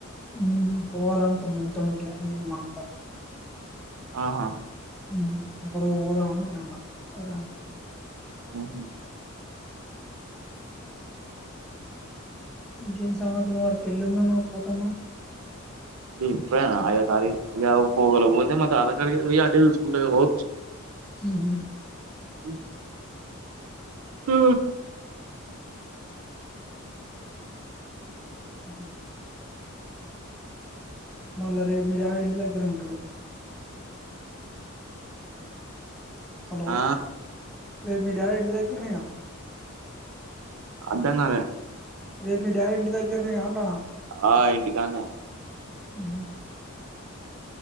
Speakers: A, in the centre; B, on the right.
A: ఉమ్ పోవాలనుకున్న టౌన్ కి నీ మాట
B: ఆహా
A: ఉ నువ్వు కూడా పోదాం అని నేను అన్నా సరే అన్నది
B: ఉహు
A: ఇంకేం సంగతులు మరి పెళ్ళి ఉందాన్నావు పోతాన్నావు
B: ఇ ఇప్పుడే కాదు ఐదో తారీకు పోల పోతే మా తాత కాడికి పోయి అటే చూసుకుంటూ పోవచ్చు
A: ఉహు
B: ఉ ఉ
A: ఉ మళ్ళా రేపు మీ డాడీ ఏంటి దగ్గర ఉంటాడు హలో
B: ఆ
A: రేపు మీ డాడీ ఇంటి దగ్గరనే కదా
B: అద్దంకాలే
A: రేపు మీ డాడి ఇంటి దగ్గరనే కదా అంటున్న
B: ఆ ఇంటికాన్నే
A: ఉహు